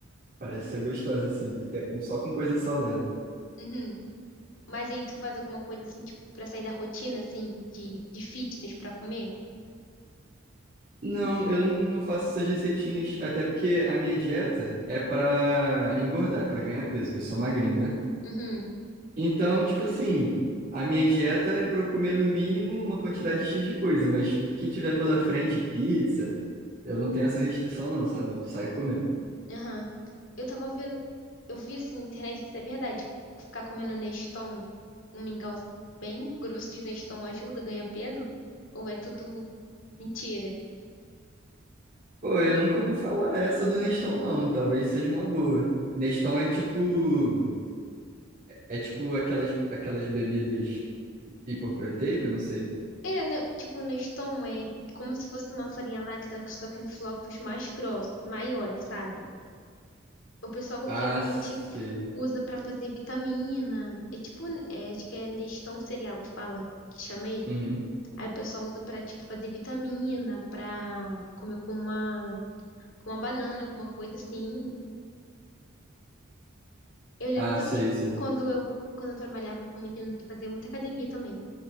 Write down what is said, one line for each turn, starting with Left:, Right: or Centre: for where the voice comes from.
Right: parece ser gostosa, assim, que é com- só com coisa saudável.
Left: Uhum. Mas aí tu faz alguma coisa assim, tipo, pra sair da rotina assim de, de fitness pra comer?
Right: Não, eu não, não faço essas receitinhas, até porque a minha dieta é pra engordar, pra ganhar peso. Eu sou magrinho, né?
Left: Uhum.
Right: Então, tipo assim, a minha dieta é para eu comer no mínimo uma quantidade X de coisa, mas o que tiver pela frente, pizza, eu não tenho essa restrição não, sabe? Eu Saio comendo.
Left: Aham. Eu tava vendo, eu vi assim na internet, isso é verdade, co- ficar comendo Neston um mingau assim bem grosso de Neston ajuda, ganha peso? Ou é tudo mentira?
Right: Pô, eu nunca ouvi falar essa do Neston não, talvez seja uma boa. Neston é tipo, é tipo aquelas aquelas bebidas hiperproteicas, não sei.
Left: É, né, tipo, Neston é como se fosse uma farinha láctea, só que em flocos mais grossos, maiores, sabe? O pessoal
Right: Ah,
Left: geralmente
Right: sei.
Left: usa pra fazer vitamina. É tipo, é, acho que é Neston cereal que fala, que chama ele.
Right: Uhum.
Left: Aí o pessoal usa pra, tipo, fazer vitamina, pra comer com uma, com uma banana, alguma coisa assim. Eu lembro
Right: Ah,
Left: também
Right: sei, sei.
Left: quando eu, quando eu trabalhava com um menino, ele fazia muita academia também.